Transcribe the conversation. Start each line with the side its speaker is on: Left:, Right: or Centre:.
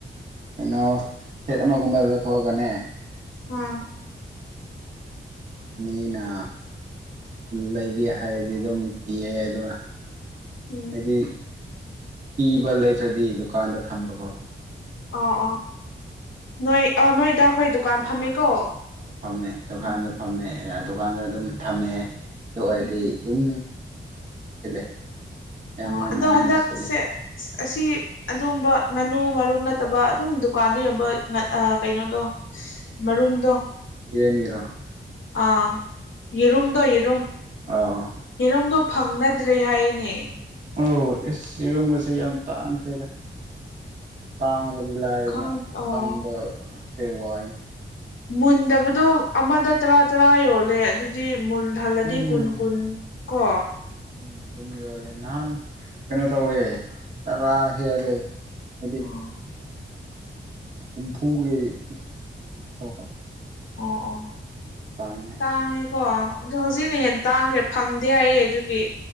Right: ꯀꯩꯅꯣ ꯁꯦꯠ ꯑꯃꯒꯨꯝꯕ ꯂꯧꯊꯣꯛꯑꯒꯅꯦ
Left: ꯑꯣꯝ
Right: ꯃꯤꯅ ꯂꯩꯒꯦ ꯍꯥꯏꯔꯗꯤ ꯑꯗꯨꯝ ꯄꯤꯌꯦ ꯑꯗꯨꯒ
Left: ꯎꯝ
Right: ꯍꯥꯏꯗꯤ ꯊꯤꯕ ꯂꯩꯇ꯭ꯔꯗꯤ ꯗꯨꯀꯥꯟꯗ ꯊꯝꯕꯀꯣ
Left: ꯑ ꯑꯥ ꯅꯣꯏ ꯑ ꯅꯣꯏꯗ ꯑꯩꯈꯣꯏ ꯗꯨꯀꯥꯟ ꯐꯝꯃꯦꯀꯣ
Right: ꯑ ꯐꯝꯃꯦ ꯗꯨꯀꯥꯟꯗ
Left: ꯎꯝ
Right: ꯐꯝꯃꯦ ꯗꯨꯀꯥꯟꯗ ꯑꯗꯨꯝ ꯊꯝꯃꯦꯦ ꯑꯗꯨꯋꯥꯔꯗꯤ
Left: ꯎꯝ
Right: ꯑꯗꯨꯝ ꯁꯤꯠꯂꯦ ꯌꯥꯝ
Left: ꯑꯣ
Right: ꯉꯟꯅ
Left: ꯑꯗꯣ
Right: ꯉꯟꯅ
Left: ꯍꯟꯗꯛꯁꯦ
Right: ꯁꯤꯠꯂꯦ
Left: ꯑꯁꯤ ꯑꯗꯨꯒꯨꯝꯕ ꯉꯥꯅꯨ ꯃꯔꯨꯝ ꯅꯠꯇꯕ ꯑꯗꯨꯝ ꯗꯨꯀꯥꯟꯗ ꯌꯣꯟꯕ ꯀꯩꯅꯣꯗꯣ ꯃꯔꯨꯝꯗꯣ
Right: ꯉ꯭ꯔꯣ
Left: ꯑꯥ ꯏꯔꯨꯝꯗꯣ ꯏꯔꯨꯝ
Right: ꯑꯥ
Left: ꯌꯦꯔꯣꯝꯗꯣ ꯐꯪꯅꯗ꯭ꯔꯦ ꯍꯥꯏꯅꯦ
Right: ꯑꯣ ꯑꯦꯁ ꯆꯔꯣꯡꯕꯁꯦ ꯌꯥꯝ ꯇꯥꯛꯈ꯭ꯔꯦꯗ ꯇꯥꯡꯕꯗꯤ ꯂꯥꯏꯔꯅ
Left: ꯈꯪ ꯑꯣ
Right: ꯐꯪꯕꯁꯦ ꯋꯥꯏꯅꯦ
Left: ꯃꯨꯟꯗꯕꯗꯣ ꯑꯃꯗ ꯇꯔꯥ ꯇꯔꯥ ꯌꯣꯜꯂꯦ ꯑꯗꯨꯗꯤ ꯃꯨꯟꯍꯜꯂꯗꯤ
Right: ꯎꯝ
Left: ꯀꯨꯟ ꯀꯨꯟ ꯀꯣ
Right: ꯎꯝ ꯑꯗꯨꯝ ꯌꯣꯜꯂꯦ ꯅꯍꯥꯟ ꯀꯩꯅꯣ ꯇꯧꯋꯦ ꯇꯔꯥ ꯍꯦꯜꯂꯦ ꯑꯗꯨꯗꯤ
Left: ꯎꯝ
Right: ꯍꯨꯝꯐꯨꯒꯤ ꯃꯉꯥ ꯇꯧꯕ
Left: ꯑꯣ ꯑꯣ
Right: ꯇꯥꯏꯅꯦ
Left: ꯇꯥꯡꯉꯦꯀꯣ ꯑꯗꯣ ꯍꯧꯖꯤꯛꯅ
Right: ꯎꯝ
Left: ꯍꯦꯟꯅ ꯇꯥꯡꯈ꯭ꯔꯦ ꯐꯪꯗꯦ ꯍꯥꯏꯌꯦ ꯑꯗꯨꯒꯤ